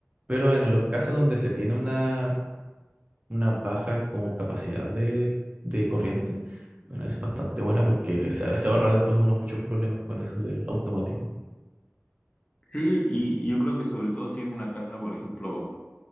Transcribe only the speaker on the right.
Pero en los casos
donde se tiene una una baja como capacidad de, de corriente. Bueno, es bastante buena porque se, se ahorra después uno muchos problemas con eso del automático.